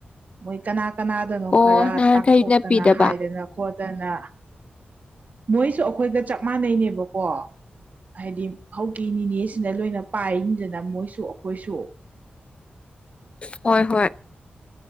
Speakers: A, on the right; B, on the left.
A: ꯃꯣꯏ ꯀꯅꯥ ꯀꯅꯥꯗꯅꯣ
B: ꯑꯣ
A: ꯈꯔ
B: ꯅꯍꯥꯟꯈꯩ
A: ꯇꯥꯛꯊꯣꯛꯇꯅ
B: ꯅꯞꯄꯤꯗꯕ
A: ꯍꯥꯏꯗꯅ ꯈꯣꯗꯅ ꯃꯣꯏꯁꯨ ꯑꯩꯈꯣꯏꯒ ꯆꯞ ꯃꯥꯟꯅꯩꯅꯦꯕꯀꯣ ꯍꯥꯏꯗꯤ ꯍꯧꯀꯤ ꯅꯤꯅꯦꯁ ꯁꯤꯅ ꯂꯣꯏꯅ ꯄꯥꯏꯔꯤꯅꯤꯗꯅ ꯃꯣꯏꯁꯨ ꯑꯈꯣꯏꯁꯨ
B: ꯍꯣꯏ ꯍꯣꯏ